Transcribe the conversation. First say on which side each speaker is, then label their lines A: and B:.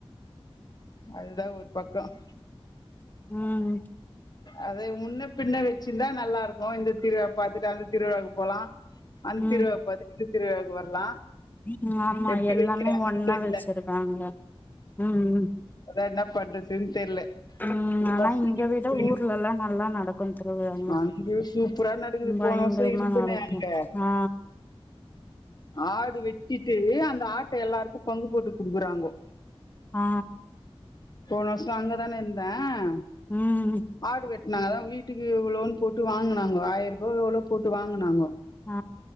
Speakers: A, on the left (about 45°); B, on the left (about 20°).
A: அதுதான் ஒரு பக்கம்
B: ம்
A: அத முன்ன பின்ன வெச்சிருந்தா நல்லா இருக்கும் இந்த திருவிழா பாத்துட்டு அந்த திருவிழாவுக்கு போலா அந்த
B: ம்
A: திருவிழா பாத்திட்டு இந்த திருவிழக்கு வரலா
B: ம் ஆமா
A: எப்டி
B: எல்லாமே
A: வைக்கிறாங்கன்னு
B: ஒன்னா
A: தெர்ல
B: வெச்சுருக்காங்க ம்
A: அதா என்ன பண்றதுன்னு தெர்ல
B: ம் ஆனா
A: பசங்கள
B: இங்க விட
A: கூப்டுக்கினு
B: ஊர்லல்லாம் நல்லா நடக் கொம் திருவிழானா
A: அங்கயு சூப்பரா நடக்குது
B: ம் பயங்கரமா
A: போன வருஷோ இருந்துனே
B: நடக்கும்
A: அங்க
B: ஆ
A: ஆடு வெட்டிட்டு அந்த ஆட்ட எல்லாருக்கும் பங்கு போட்டு குடுக்குறாங்கோ
B: ஆ
A: போன வருஷம் அங்கதான இருந்தன்
B: ம்
A: ஆடு வெட்டுனாங்க அதான் வீ ட்டுக்கு எவ்ளோன் போட்டு வாங்குனாங்கோ ஆயரூபா எவ்ளோ போட்டு வாங்குனாங்கோ
B: ஆ